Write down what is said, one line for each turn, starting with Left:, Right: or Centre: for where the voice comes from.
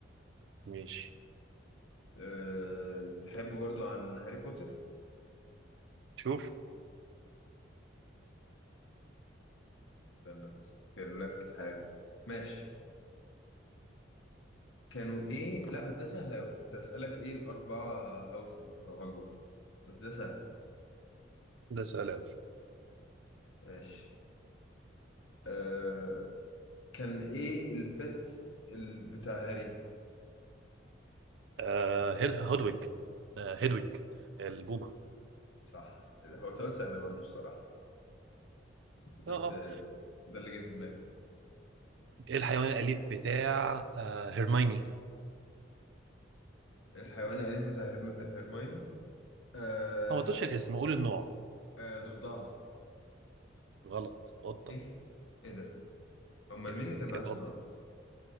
Right: ماشي
Left: أه... تحب برضو عن هاري بوتر
Right: شوف
Left: استنى افتكر لك حاجة ماشي كانوا ايه لا بس ده سهل قوي كنت هسألك ايه الاربعة هاوسز بتوع هوجورتس بس ده سهل
Right: ده سؤال أوي
Left: ماشي أه... كان ايه البت ال- بتاع هاري
Right: آه هيد- هودويج آه هيدويج البومة
Left: صح هو سؤال سهل برضو الصراحة بس
Right: اه اه
Left: آه، ده اللي جه في دماغي
Right: ايه الحيوان الأليف بتاع آه هيرمايني
Left: الحيوان الأليف بتاع هرم- هرمايوني آه
Right: اه ما تقولش الاسم قول النوع
Left: آه ضفدعة
Right: غلط قطة
Left: إيه؟ إيه ده؟ أمال
Right: كده
Left: مين اللي كان معاه
Right: كده قطة
Left: ضفدعة؟